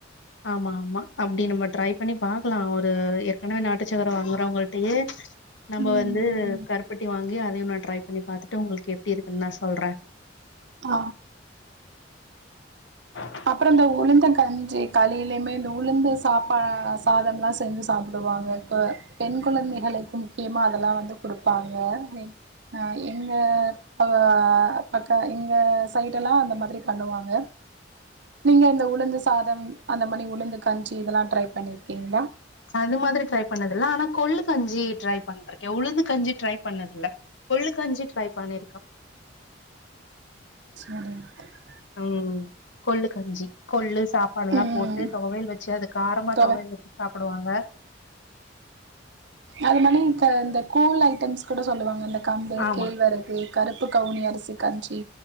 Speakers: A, on the left; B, on the right.
A: ஆமா ஆமா அப்டி நம்ம ட்ரை பண்ணி பாக்லா ஒரு ஏற்கனவே நாட்டுச்சக்கர வாங்குறவுங்கள்டியே நம்ம
B: ம்
A: வந்து கருப்பட்டி வாங்கி அதையு ஒன்ன ட்ரை பண்ணி பாத்துட்டு உங்களுக்கு எப்டி இருக்குன் நா சொல்ற
B: ஆ
A: ஆஹ்
B: அப்புற இந்த உளுந்த கஞ்சி கலியிலேமே இந்த உளுந்து சாப்பா சாதம்லா செஞ்சு சாப் டுவாங்க இப்ப பெண் கொழந்தைகளுக்கு முக்கியமா அதெல்லா வந்து குடுப்பாங்க ஆ எங்க அ பக்க இங்க சைட எல்லா அந்த மாதிரி பண்ணுவாங்க நீங்க இந்த உளுந்து சாதம் அந்த மாதிரி உளுந்து கஞ்சி இதெல்லா ட்ரை பண்ணியிருக்கீங்ளா
A: அது மாதிரி ட்ரை பண்ணது இல்ல ஆனா கொல்லு கஞ்சி ட்ரை பண்ணிருக்கே உளுது கஞ்சி ட்ரை பண்ணதுல்ல கொள்ளு கஞ்சி ட்ரை பண்ணிருக்கா
B: சரிங்க த
A: உம் கொள்ளு கஞ்சி கொள்ளு சாப்பாடு எல்லா
B: ம்
A: போட்டு துவையல் வச்சி அது காரமா
B: தோழர்
A: தொவல் வ சாப்டுவாங்க
B: அந்த மானிக இந்த கூல் ஐட்டம்ஸ் கூட சொல்லுவாங்க இந்த கம்பு
A: ஆமா
B: கேழ்வரகு கருப்பு கவுனி அரிசி கஞ்சி